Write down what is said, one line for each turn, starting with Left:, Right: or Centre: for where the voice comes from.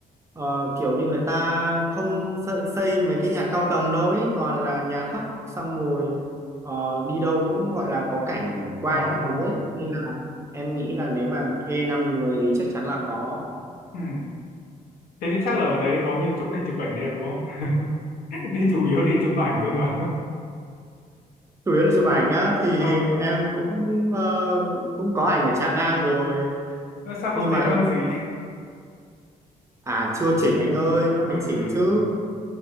Right: ờ, kiểu như người ta không xây, xây mấy cái nhà cao tầng đâu ấy toàn là nhà thấp xong rồi ờ, đi đâu cũng gọi là có cảnh quan
Left: ờ
Right: các thứ ấy nên là em nghĩ là nếu mà thuê 5 người thì chắc chắn là có
Left: ừ thế thì chắc là ở đấy có nhiều chỗ để chụp ảnh đẹp đúng không <laughs> đi chủ yếu đi chụp ảnh thôi mà
Right: chủ yếu là chụp ảnh nhá thì
Left: <laughs> ừ
Right: em cũng ờ, cũng có ảnh ở Tràng An rồi
Left: sao
Right: nhưng
Left: không thấy
Right: mà
Left: đăng
Right: em cũng
Left: gì
Right: à chưa chỉnh anh ơi nó phải
Left: <laughs>
Right: chỉnh chứ